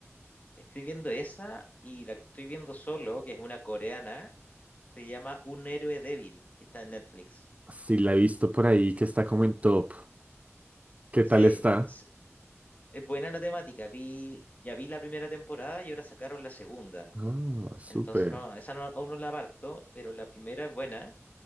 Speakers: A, on the left; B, on the right.
A: Estoy viendo esa y la que estoy viendo solo, que es una coreana, se llama Un héroe débil, que está en Netflix.
B: Sí, la he visto por ahí que está como en top. ¿Qué
A: Sí,
B: tal está?
A: sí. Es buena la temática. Vi, ya vi la primera temporada y ahora sacaron la segunda.
B: Ah, súper.
A: Entonces no, esa no- aún no la parto, pero la primera es buena.